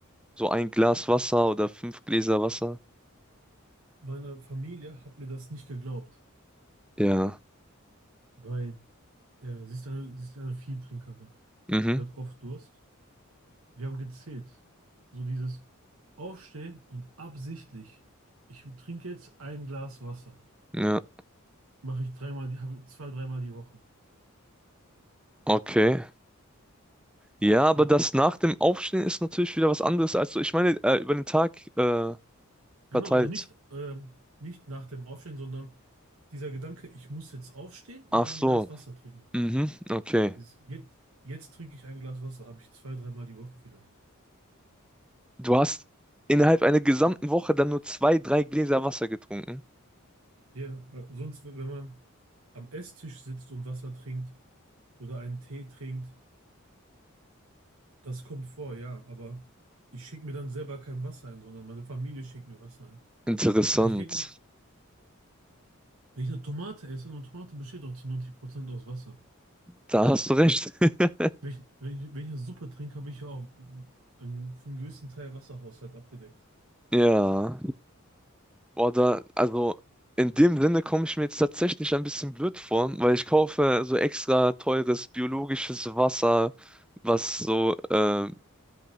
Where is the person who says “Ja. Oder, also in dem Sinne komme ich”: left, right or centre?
Centre